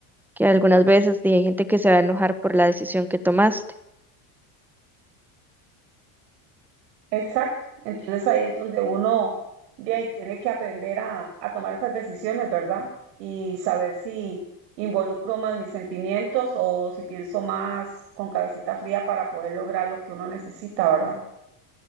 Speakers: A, in the centre; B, on the right.
A: que algunas veces sí, hay gente que se va a enojar por la decisión que tomaste.
B: Exacto. Entonces ahí es donde uno ve ahí tiene que aprender a, a tomar esas decisiones, ¿verdad? Y saber si involucro más mis sentimientos o si pienso más con cabecita fría para poder lograr lo que uno necesita, ¿verdad?